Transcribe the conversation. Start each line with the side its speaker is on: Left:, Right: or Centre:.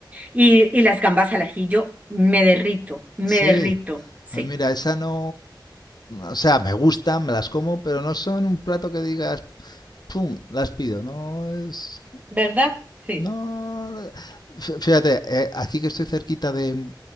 Right: y, y las gambas al ajillo, me derrito, me
Left: sí.
Right: derrito, sí.
Left: A mí, mira, esa no, o sea, me gustan, me las como, pero no son un plato que digas, pum, las pido, no es.
Right: ¿Verdad? Sí,
Left: No, no. fíjate, eh, aquí que estoy cerquita de,